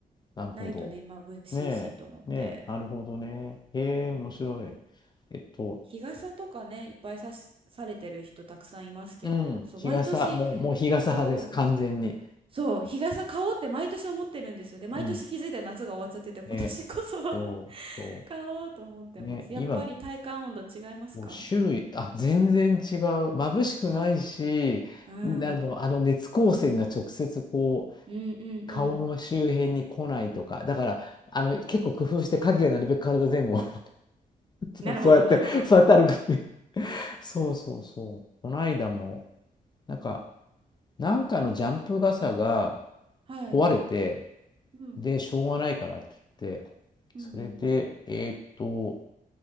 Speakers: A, on the left; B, on the right.
A: なるほど。
B: ないとね、眩しいしと思って。
A: ねえ、ねえ、なるほどね。へえ、
B: うん
A: 面白い。えっと、
B: 日傘とかね、いっぱいさし、されてる人たくさんいますけど、
A: うん、
B: そう、
A: 日傘、
B: 毎年、
A: もう、もう日傘派です、
B: そう
A: 完全に。
B: そう、日傘買おうって毎年思ってるんですよ。で、毎年気づいたら夏が終わっちゃってて、
A: うん、
B: 今年こそは
A: ね、そう、
B: <laughs>
A: そ
B: 買おうと思ってます。
A: う、ね、
B: やっぱり体感温度違いますか
A: 今、もう種類、あ、全然違う。眩しくないし、
B: ああー、うん。
A: んあの、あの熱光線が直接こう、
B: うんうんうん。
A: 顔の周辺に来ないとか、だから、あの、結構工夫して影がなるべく体全部を <laughs>
B: なるほど、
A: そうそうやって、
B: なるほど。
A: そうやって歩くっていう。そうそうそう。この間も、なんか、なんかのジャンプ傘が
B: はい。
A: 壊れて、
B: うん。
A: で、しょうがないからって言って、
B: うんうん。
A: それで、えーっと、